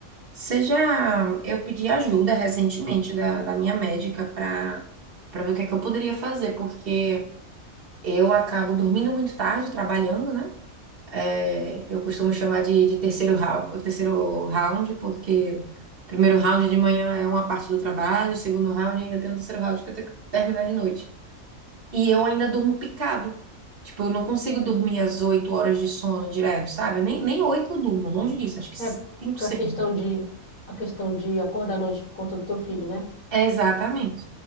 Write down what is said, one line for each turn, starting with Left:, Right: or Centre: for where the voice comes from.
Right: seja eu pedi ajuda recentemente da, da minha médica para para ver o que é que eu poderia fazer, porque eu acabo dormindo muito tarde, trabalhando, né? É, eu costumo chamar de, de terceiro round, terceiro round, porque o primeiro round de manhã é uma parte do trabalho, o segundo round ainda tem um terceiro round que eu tenho que terminar de noite. E eu ainda durmo picado. Tipo, eu não consigo dormir as oito horas de sono direto, sabe? Eu nem, nem oito eu durmo, longe disso, acho que
Left: É, porque
Right: cinco, seis.
Left: a questão de, a questão de acordar à noite por conta do teu filho, né?
Right: Exatamente.